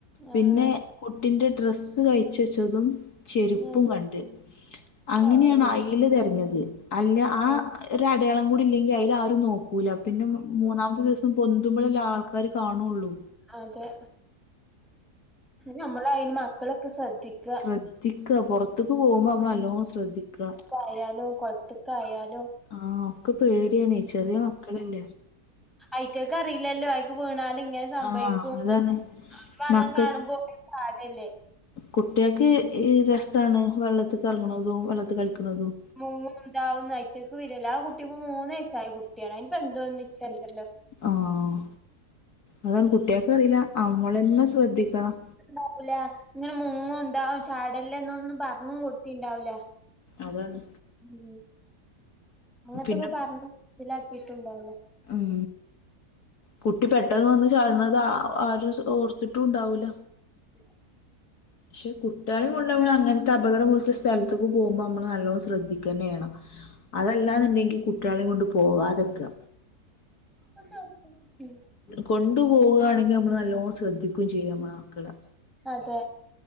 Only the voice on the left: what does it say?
പിന്നെ കുട്ടിന്റെ ഡ്രെസ്സ് കഴിച്ചച്ചതും ചെരുപ്പും
കണ്ട് അങ്ങനെയാണ്
ആ അയ്ല് തെരഞ്ഞത് അല്ല ആ
ഒരു അടയാളം കൂടി ഇല്ലെങ്കിൽ അതിൽ ആരും നോക്കും ൂല പിന്നെ മൂന്നാമത്തെ ദിവസം പൊന്ന്തുമ്പോളെല്ല ആൾക്കാര് കാണുള്ളൂ
ശ്രദ്ധിക്ക പൊർത്ത്ക്ക് പോവുമ്പോ നല്ലോം ശ്രദ്ധിക്ക.
ആഹ് ഒക്കെ പേടിയാണേ ചെറിയ മക്കളല്ലേ.
ആഹ് അതാണ്
മക്ക
കുട്ട്യാക്ക് ഹ് രസാണ് വെള്ളത്തിക്ക് എർങ്ങ് ണതും വെള്ളത്തി കളിക്ക്ണതും.
ആഹ് അതാണ് കുട്ട്യാക്ക് അറീല്ല അമ്മളെന്നെ ശ്രദ്ധിക്കണം.
അതാണ്.
പിന്നെ
അം. കുട്ടി പെട്ടെന്ന് വന്ന് ചാട്ണത് ഹ് ആ ആരും ഓർത്തിട്ടും ഉണ്ടാവൂല.
പക്ഷെ കുട്ടിയാളെ കൊണ്ട് നമ്മള് അങ്ങന് ത്തെ അപകടം പിട്ച്ച സ്ഥലത്ത്ക്ക് പോവുമ്പോ നമ്മള് നല്ലോം ശ്രദ്ധിക്കന്നെ ചെയ്യണം. അതെല്ലാന്ന്ണ്ടെങ്കി കുട്ടിയാളെ കൊണ്ട് പോവാതെക്കാ.
കൊണ്ട് പോവാണെങ്കി നമ്മള് നല്ലോണം ശ്രദ്ധിക്കും ചെയ്യ മ്മളെ മക്കളെ.